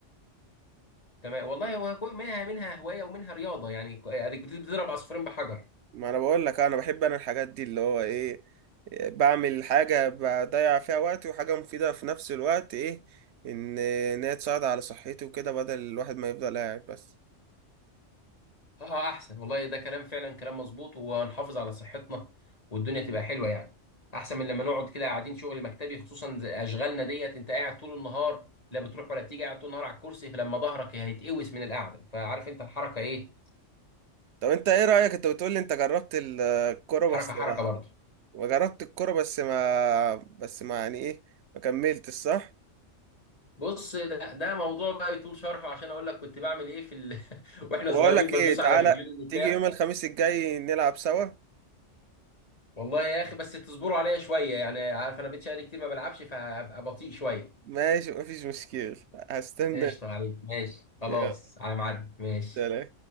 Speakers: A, on the left; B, on the right.
A: تمام والله هو هو- منها منها هواية ومنها رياضة يعني ك- أديك بتضرب عصفورين بحجر
B: ما انا بقول لك آه، انا بحب انا الحاجات دي اللي هو ايه بعمل حاجة بضيع فيها وقتي وحاجة مفيدة في نفس الوقت ايه ان ان هي تساعد على صحتي وكده بدل الواحد ما يفضل قاعد بس
A: اه احسن والله ده كلام فعلا كلام مظبوط وهنحافظ على صحتنا والدنيا تبقى حلوه يعني احسن من لما نقعد كده قاعدين شغل مكتبي خصوصا زي اشغالنا ديت انت قاعد طول النهار لا بتروح ولا بتيجي قاعد طول النهار على الكرسي فلما ظهرك هيتقوس من القعده فعارف انت الحركه ايه
B: طب انت ايه رأيك انت بتقول لي انت جربت الكورة
A: حركه
B: بس
A: حركه برضه
B: وجربت الكرة بس ما بس ما يعني ايه ما كملتش صح
A: بص ده ده موضوع بقى يطول شرحه عشان اقول لك كنت بعمل ايه في ال... <laughs> واحنا
B: طب
A: صغيرين
B: اقول لك
A: بدوس
B: ايه
A: على
B: تعالى
A: رجلين وبتاع
B: تيجي يوم الخميس الجاي نلعب سوا
A: والله يا اخي بس تصبروا عليا شويه يعني عارف انا بقيت شقالي كتير ما بلعبش فابقى بطيء شويه
B: ماشي مفيش مشكلة هستنى
A: قشطة عليك ماشي خلاص
B: يلا
A: على ميعاد ماشي
B: سلام